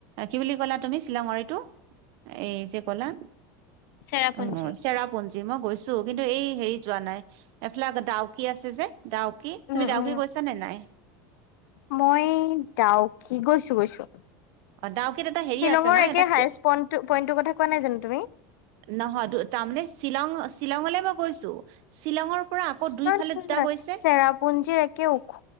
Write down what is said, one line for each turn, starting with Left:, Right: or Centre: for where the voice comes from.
Right: কি বুলি ক'লা তুমি শিলংৰ‌ইটো এই যে ক'লা
Left: চেৰাপুঞ্জী।
Right: অ, চেৰাপঞ্জীমক। গৈছো কিন্তু এই হেৰি যোৱা নাই এইফালে দাও কি আছে যে। ডাউকি
Left: উম
Right: তুমি ডাউকি
Left: উম
Right: গৈছা নে নাই।
Left: মই ডাওকি গৈছো - গৈছো।
Right: অ ডাউকিত এটা হেৰি
Left: শ্বিলঙৰ
Right: আছে ন
Left: একে
Right: এটা
Left: হায়ষ্ট পইন্টৰ কথা কোৱা নাই জানো তুমি
Right: নহয় তাৰমানে শ্বিলং শ্বিলঙলৈ মই গৈছো শ্বিলঙৰ পৰা আকৌ দুইফালে
Left: নহয়- নহয়-
Right: দুটা
Left: নহয়
Right: গৈছে
Left: চেৰাপুঞ্জিৰ একে ওখ